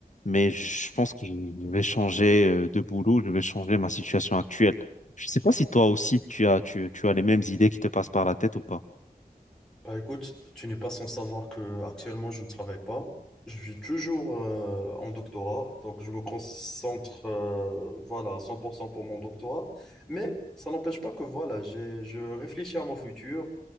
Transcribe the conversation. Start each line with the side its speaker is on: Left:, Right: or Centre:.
Left: Mais je pense que je vais changer euh, de boulot. Je vais changer ma situation actuelle. Je ne sais pas si toi aussi, tu as, tu, tu as les mêmes idées qui te passent par la tête ou pas.
Centre: Bah écoute, tu n'es pas sans savoir que actuellement je ne travaille pas. Je suis toujours euh, en doctorat, donc je me concentre euh, voilà, à 100% pour cent pour mon doctorat. Mais ça n'empêche pas que voilà, j'ai, je réfléchis à mon futur,